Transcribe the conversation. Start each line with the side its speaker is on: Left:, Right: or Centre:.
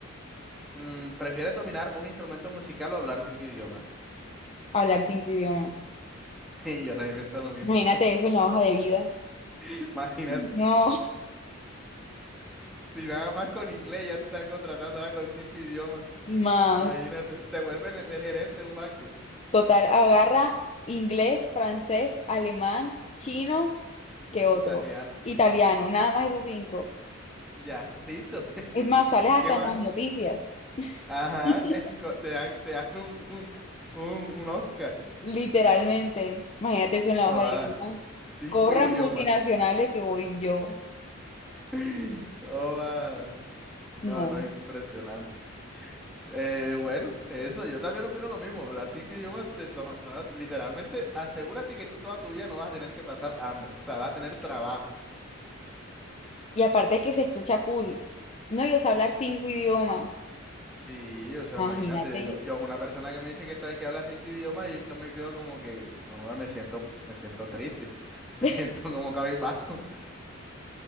Centre: mm, prefieres dominar un instrumento musical o hablar cinco idiomas.
Left: Hablar cinco idiomas.
Centre: <laughs> Y yo también pienso lo mismo.
Left: Imagínate eso en la hoja de vida.
Centre: <laughs> Imagínate.
Left: No,
Centre: Si nada más con inglés ya te están contratando ahora con cinco idiomas.
Left: <laughs> más.
Centre: Imagínate, te vuelven el, el gerente de un banco
Left: Total, agarra inglés, francés, alemán, chino, ¿qué otro?
Centre: italiano.
Left: Italiano, nada más esos cinco.
Centre: Ya, listo. <laughs>
Left: Es más, sales hasta
Centre: ¿Qué más?
Left: en las noticias.
Centre: Ajá,
Left: <laughs>
Centre: <laughs> co- te dan, te dan un, un, un- un Oscar.
Left: Literalmente. Imagínate eso en la
Centre: Oh,
Left: hoja
Centre: ah,
Left: de vida.
Centre: cinco
Left: Corran
Centre: idiomas.
Left: multinacionales
Centre: <gasps>
Left: que voy yo.
Centre: <laughs> Oh, ah. No,
Left: No.
Centre: no, impresionante. Eh, bueno, eso, yo también opino lo mismo. Hablar cinco idiomas, te- no, ah, literalmente, asegúrate que tú toda tu vida no vas a tener que pasar hambre. O sea, vas a tener trabajo.
Left: Y aparte es que se escucha cool. No, yo sé hablar cinco idiomas.
Centre: Sí, o sea,
Left: Imagínate.
Centre: imagínate, yo, yo una persona que me dice que está que habla cinco idiomas y yo me quedo como que, no, me siento, me siento triste, <laughs> me
Left: <laughs>
Centre: siento como cabizbajo.